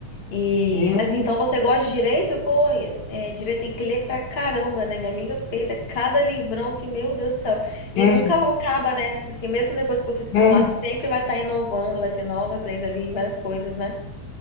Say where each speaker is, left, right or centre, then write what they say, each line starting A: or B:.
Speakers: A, on the left; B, on the left.
A: E,
B: É,
A: mas então você gosta de direito? Pô, é, direito tem que ler pra caramba, né? Minha amiga fez é cada livrão que, meu Deus do céu. E
B: é,
A: nunca acaba, né? Porque mesmo depois que você se
B: é.
A: formar, sempre vai estar inovando, vai ter novas leis ali, várias coisas, né?